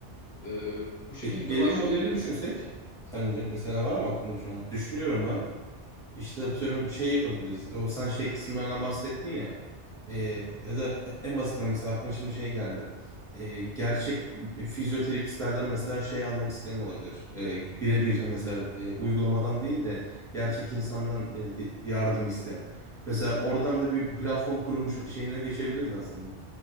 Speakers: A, on the left; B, in the centre.
A: Ee, bu şekilde
B: Peki gelir
A: başlayabiliriz.
B: modeli düşünsek sence mesela var mı aklında şu an? Düşünüyorum ben. İşte atıyorum şey yapabiliriz. O sen şey kısımlarından bahsettin ya. E, ya da e, en basitinden mesela aklıma şimdi şey geldi. E, gerçek fizyoterapistlerden mesela şey almak isteyen olabilir. E, birebir hani mesela e, uygulamadan değil de gerçek insandan e, yardım isteyen. Mesela oradan da bir platform kurmuş şeyine geçebiliriz aslında.